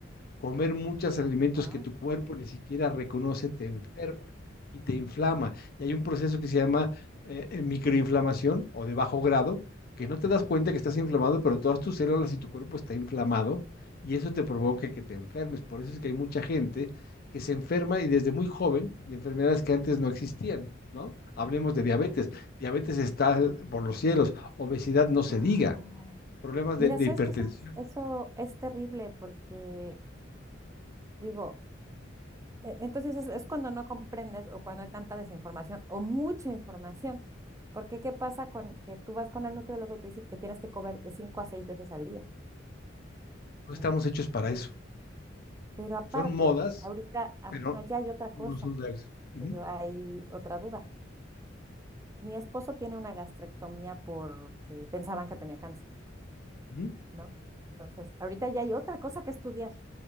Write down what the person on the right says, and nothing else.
Wow.
Ok.
Ay,
Mira,
¿sabes
que Eso es, eso es terrible porque, digo, e- entonces es, es cuando no comprendes o cuando hay tanta desinformación o mucha información. Porque, ¿qué pasa con que tú vas con el nutriólogo y te dice que tienes que comer de cinco a seis veces al día,
¿no?
Pero aparte,
ahorita, ajá,
ya hay otra cosa,
que yo hay otra duda. Mi esposo tiene una gastrectomía porque pensaban que tenía cáncer,
¿no? Entonces, ahorita ya hay otra cosa que estudiar.